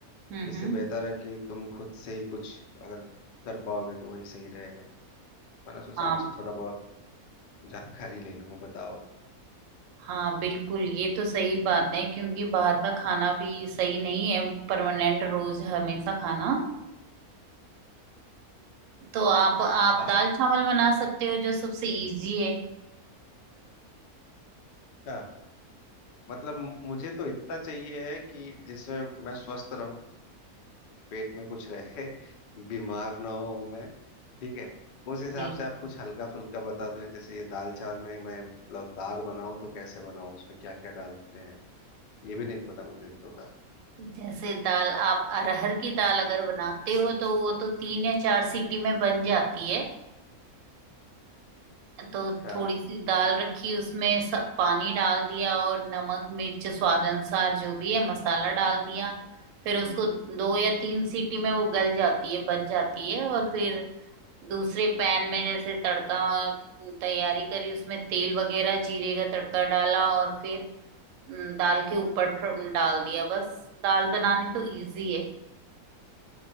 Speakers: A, on the right; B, on the left.
A: हम्म
B: इससे
A: हम्म
B: बेहतर है कि तुम खुद से ही कुछ अगर कर पाओगे तो वही सही रहेगा मैंने सोचा
A: हाँ
B: आपसे थोड़ा बहुत जानकारी ले लूँ बताओ
A: हाँ बिल्कुल ये तो सही बात है क्योंकि बाहर का खाना भी सही नहीं है परमानेंट रोज हमेशा खाना तो आप आप
B: बाहर
A: दाल चावल बना सकते हो जो सबसे इजी है
B: क्या मतलब मु- मुझे तो इतना चाहिए है कि जिसमें मैं स्वस्थ रहूं पेट में कुछ रहे बीमार ना हो मैं ठीक है उस हिसाब
A: बिल्कुल
B: से आप कुछ हल्का फुल्का बता दो जैसे ये दाल चावल में मैं मतलब दाल बनाऊं तो कैसे बनाऊं उसमें क्या क्या डालते हैं ये भी नहीं पता मुझे तो
A: जैसे दाल आप अरहर की दाल अगर बनाते हो तो वो तो तीन या चार सीटी में बन जाती है तो
B: हाँ
A: थोड़ी सी दाल रखी उसमें सब पानी डाल दिया और नमक मिर्च स्वाद अनुसार जो भी है मसाला डाल दिया फिर उसको दो या तीन सीटी में वो गल जाती है बन जाती है और फिर दूसरे पैन में जैसे तड़का तैयारी करी उसमें तेल वगैरह जीरे का तड़का डाला और फिर हम्म, दाल के ऊपर फिर डाल दिया बस दाल बनानी तो इजी है